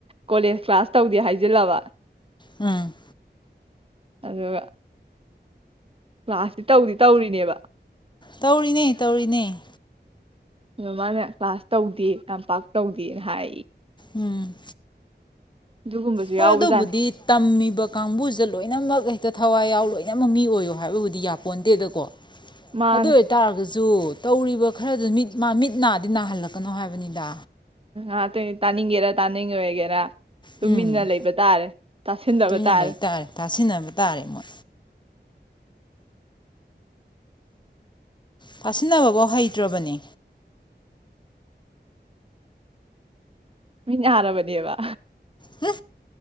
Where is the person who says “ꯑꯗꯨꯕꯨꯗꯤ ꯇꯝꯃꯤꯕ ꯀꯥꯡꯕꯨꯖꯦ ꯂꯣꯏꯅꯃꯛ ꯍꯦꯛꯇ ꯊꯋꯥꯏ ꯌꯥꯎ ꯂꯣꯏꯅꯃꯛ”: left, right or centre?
Left